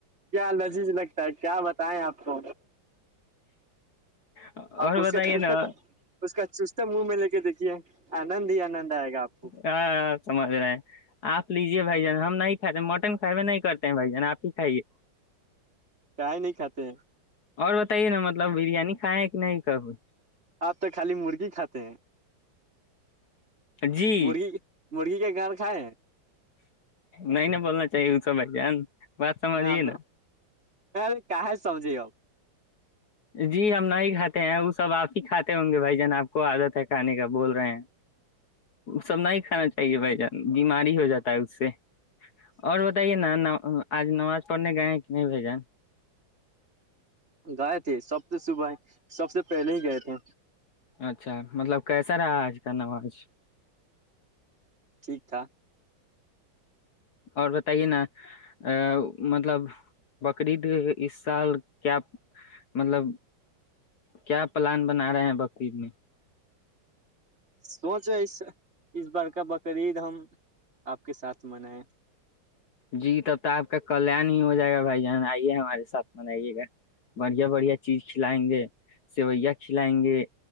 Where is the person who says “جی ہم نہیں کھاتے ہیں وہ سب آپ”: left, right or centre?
Left